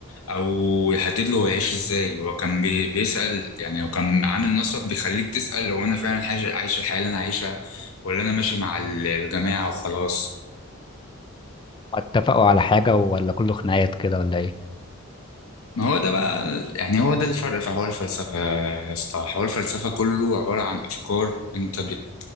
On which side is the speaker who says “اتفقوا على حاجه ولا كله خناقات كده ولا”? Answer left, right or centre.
Left